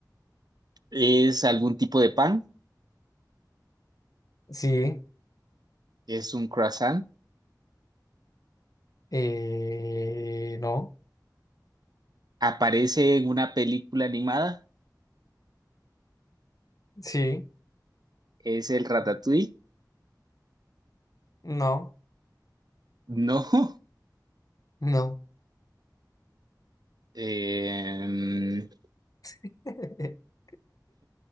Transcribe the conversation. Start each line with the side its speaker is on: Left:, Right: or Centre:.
Right: ¿es algún tipo de pan?
Left: Sí,
Right: ¿Es un croissant?
Left: eh, no,
Right: ¿Aparece en una película animada?
Left: sí,
Right: ¿Es el ratatouille?
Left: no,
Right: No. <laughs>
Left: no.
Right: Eh,
Left: <laughs>